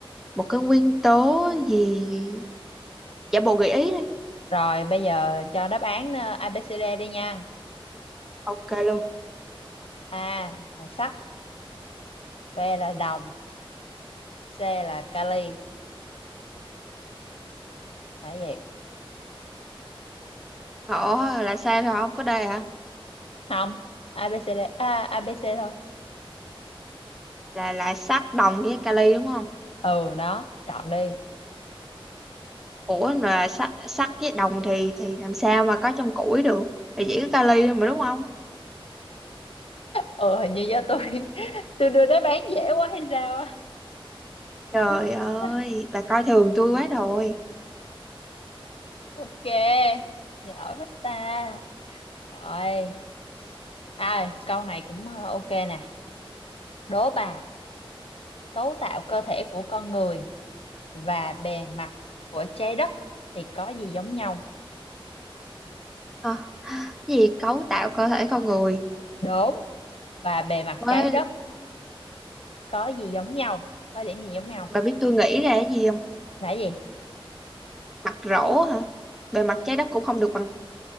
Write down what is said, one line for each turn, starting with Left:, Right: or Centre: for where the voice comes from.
Centre: một cái nguyên tố gì giả bộ gợi ý đi
Left: rồi bây giờ cho đáp án ờ, ABCD đi nha
Centre: ok luôn
Left: A là sắt B là đồng C là kali là gì
Centre: ủa là sao rồi không có đây hả
Left: không a bê xê đê, a à, ABC thôi
Centre: là là sắt đồng với kali đúng không
Left: ừ đó chọn đi
Centre: ủa mà sắt sắt với đồng thì thì làm sao mà có trong củi được thì chỉ có kali thôi mà đúng không
Left: ừ hình như do tôi <laughs> tôi đưa đáp án dễ quá hay sao á
Centre: trời
Left: <laughs>
Centre: ơi bà coi thường tôi quá rồi
Left: ok giỏi quá ta rồi à câu này cũng ờ, ok nè đố bà cấu tạo cơ thể của con người và bề mặt của trái đất thì có gì giống nhau
Centre: Hả, cái gì cấu tạo cơ thể con người
Left: đốm và bề mặt
Centre: với
Left: trái đất có gì giống nhau có điểm gì giống nhau
Centre: bà biết tôi nghĩ ra cái gì không
Left: là gì
Centre: mặt rỗ hả bề mặt trái đất cũng không được bằng